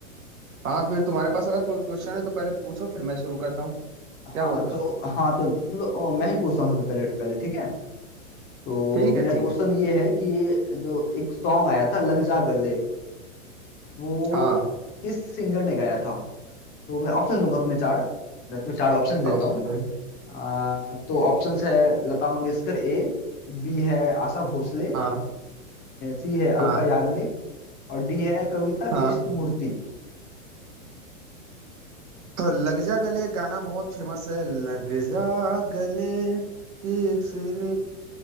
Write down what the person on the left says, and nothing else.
हाँ
हाँ तो
हाँ तो चलो अ, मैं ही पूछता हूँ सबसे पहले पहले ठीक है तो
मेरा
क्वेश्चन
ये है कि जो एक सॉन्ग आया था लग जा गले वो
किस सिंगर ने गाया था तो मैं ऑप्शन दूंगा तुम्हें चार मैं तुम्हें चार ऑप्शन देता
हूँ आ, तो ऑप्शंस है लता मंगेशकर ए बी है आशा भोसले
सी है
अलका याग्निक और डी है कविता
कृष्णमूर्ति